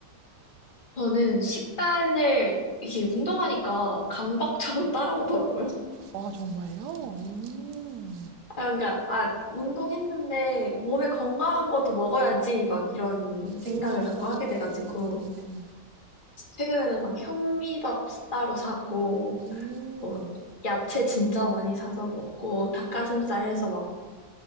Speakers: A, on the left (about 30°); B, on the right (about 75°).
A: 저는 식단을 이게 운동하니까 강박처럼 <laughs> 따라오더라고요.
B: 아 정말요? 음.
A: 아, 그러니까 아 운동했는데 몸에 건강한 것도 먹어야지 막 이런 생각을
B: 음, 음, 음,
A: 자꾸 하게 돼가지고
B: 음, 음,
A: 최근에는 막 현미밥 따로 사고
B: 음.
A: 뭐 야채 진짜 많이 사서 먹고 닭가슴살 해서 막